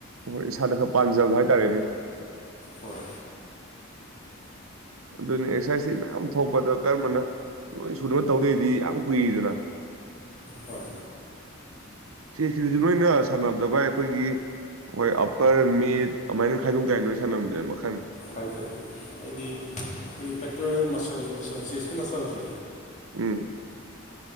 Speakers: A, on the right; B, on the left.
A: ꯑꫭ ꯏꯁꯥꯗ ꯈꯔ ꯄꯥꯟꯖꯕ ꯍꯥꯏꯇꯥꯔꯦꯅꯦ
B: ꯍꯣꯏ
A: ꯑꯗꯨꯅ ꯑꯦꯛꯁ꯭ꯔꯁꯥꯏꯇꯤ ꯃꯌꯥꯝ ꯊꯣꯛꯄꯗ ꯀꯔꯝꯕꯅ ꯂꯣꯏ ꯁꯨꯅꯕ ꯇꯧꯂꯩꯔꯗꯤ ꯌꯥꯝ ꯀꯨꯏꯗꯅ
B: ꯍꯣꯏ
A: ꯆꯦꯁ ꯁꯤꯗꯤ ꯅꫭꯏꯅ ꯁꯥꯟꯅꯕꯗ ꯕꯥꯏ ꯑꯩꯈꯣꯏꯒꯤ ꯍꯣꯏ ꯑꯞꯄꯔ ꯃꯤꯠ ꯑꯃꯥꯟꯅ ꯈꯥꯏꯗꯣꯛ ꯇꯥꯏ ꯅꯣꯏ ꯁꯥꯟꯅꯕꯗꯤ ꯃꯈꯟ
B: ꯈꯥꯏꯗꫭꯛ ꯑꯦ ꯑꯩꯗꯤ
A: ꯊꯨꯞ
B: ꯄꯦꯇ꯭ꯔꯣꯂꯦꯜ ꯃꯁꯜ ꯃꯁꯜ ꯆꯦꯁꯀꯤ ꯃꯁꯜꯖꯦ
A: ꯎꯝ